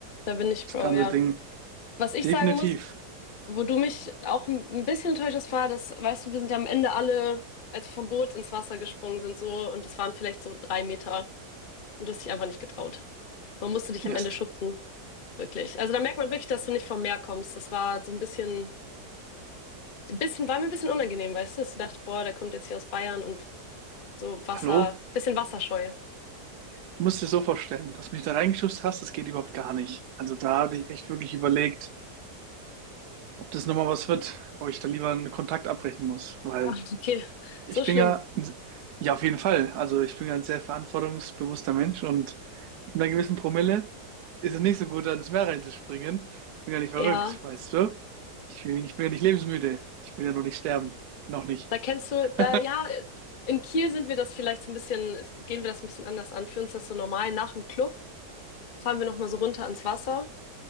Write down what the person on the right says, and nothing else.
das
ganze
Ding.
Definitiv.
Erst,
hallo?
Du musst dir so vorstellen, dass du mich da reingeschubst hast, das geht überhaupt gar nicht. Also da hatte ich echt wirklich überlegt, ob das nochmal was wird, ob ich da lieber einen Kontakt abbrechen muss, weil
ich
bin ja, ja auf jeden Fall, also ich bin ja ein sehr verantwortungsbewusster Mensch und ab einer gewissen Promille ist es nicht so gut, ans Meer reinzuspringen. Ich bin ja nicht verrückt,
weißt du? Ich bin, ich bin ja nicht lebensmüde. Ich will ja noch nicht sterben. Noch nicht.
<laughs>